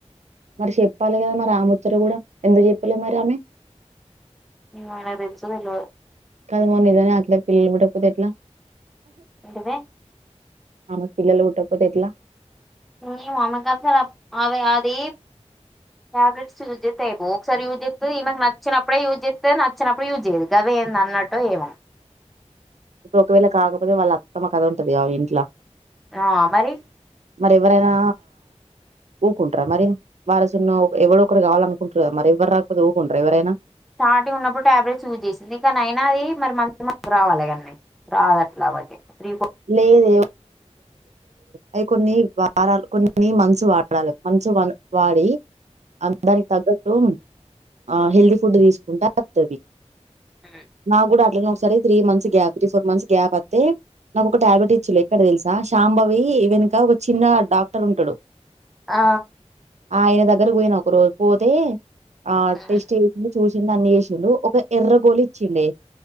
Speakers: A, on the right; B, in the centre.
A: మరి చెప్పాలి కదా మరి ఆ ముచ్చట కూడా ఎందుకు చెప్పలే మరి ఆమె
B: ఆయనకు తెలుసో తెలవదో
A: కాదు మరి నిజంగానే పిల్లలు పుట్టకపోతే ఎట్లా
B: ఏంటిది
A: ఆమెకు పిల్లలు పుట్టకపోతే ఎట్లా
B: ఏమో ఆమెకసలు అత్ ఆమె అది ట్యాబ్లెట్ యూస్ చెత్తే అయిపోవు ఒకసారి యూజ్ చేస్తుంది ఈమెకు నచ్చినప్పుడే యూజ్ చెత్తది నచ్చనప్పుడు యూజ్యేదు గద ఏందన్నటో ఎమో
A: ఇప్పుడు ఒకవేళ కాకపోతే వాళ్ళ అత్తమ్మ కథ ఉంటదిగా ఇంట్ల
B: ఆ మరి
A: మరి ఎవరైనా ఊకుంటార మరి వారసున్నో ఎవడొ ఒకరు కావాలనుకుంటారు కదా మరి ఎవ్వరు రాకపోతే ఊకుంటార ఎవరైనా
B: స్టార్టింగ్ ఉన్నప్పుడు టాబ్లెట్స్ యూస్ చేసింది కానీ అయినా అది మరి మంత్లీ మంత్లీ రావాలి కాన్ని రాదట్లా ఒకటి త్రి
A: లేదు అవి కొన్ని వారాలు కొన్ని మంత్స్ వాడాలి వాడి దానికి తగ్గట్టు ఆ హెల్దీ ఫుడ్ తీసుకుంటే అది వస్తది
B: హ్మ్.
A: నాకు కూడా అట్లనే ఒకసారి three months gap three four months gap అతే నాకు ఒక టాబ్లెట్ ఇచ్చిలు ఎక్కడ తెలుసా శాంబవి వెనుక ఒక చిన్న డాక్టర్ ఉంటడు
B: ఆ
A: ఆ ఆయన దగ్గర పోయిన ఒక రోజు పోతే ఆ
B: హ్మ్
A: టెస్ట్ చేయకుండ చూసి చ్చిండు అన్ని ఏశిండు ఒక ఎర్రగోలు ఇచ్చిండే